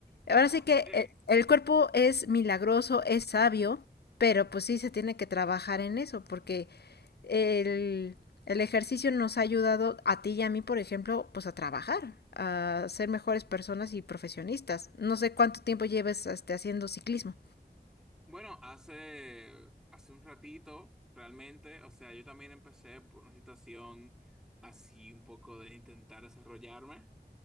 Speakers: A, on the left (about 75°); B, in the centre.
A: Ahora
B: Ok.
A: sí que e- el cuerpo es milagroso, es sabio, pero pues sí se tiene que trabajar en eso, porque el, el ejercicio nos ha ayudado a ti y a mí, por ejemplo, pues a trabajar, a ser mejores personas y profesionistas. No sé cuánto tiempo lleves este, haciendo ciclismo.
B: Bueno, hace, hace un ratito, realmente, o sea, yo también empecé por una situación así un poco de intentar desarrollarme